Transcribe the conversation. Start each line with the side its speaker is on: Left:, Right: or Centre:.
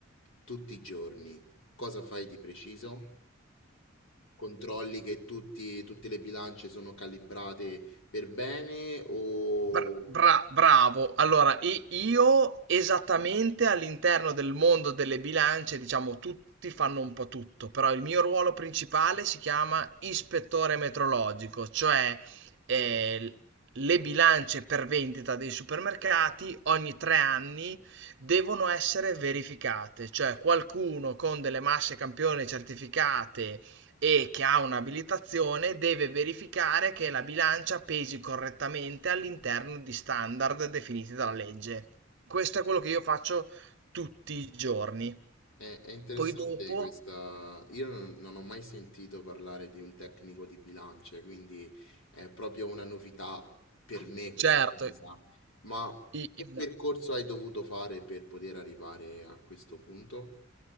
Left: tutti i giorni, cosa fai di preciso? Controlli che tutti- tutte le bilance sono calibrate per bene o...
Right: Bra- bra- bravo. Allora, i- io esattamente all'interno del mondo delle bilance, diciamo, tutti fanno un po' tutto, però il mio ruolo principale si chiama ispettore metrologico, cioè eh, l- le bilance per vendita dei supermercati ogni tre anni devono essere verificate, cioè qualcuno con delle masse campione certificate e che ha un'abilitazione deve verificare che la bilancia pesi correttamente all'interno di standard definiti dalla legge. Questo è quello che io faccio tutti i giorni.
Left: È, è interessante
Right: Poi dopo,
Left: questa. Io non, non ho mai sentito parlare di un tecnico di bilance, quindi è proprio una novità per me questa
Right: certo,
Left: cosa. Ma
Right: i-
Left: che
Right: i-
Left: percorso hai dovuto fare per poter arrivare a questo punto?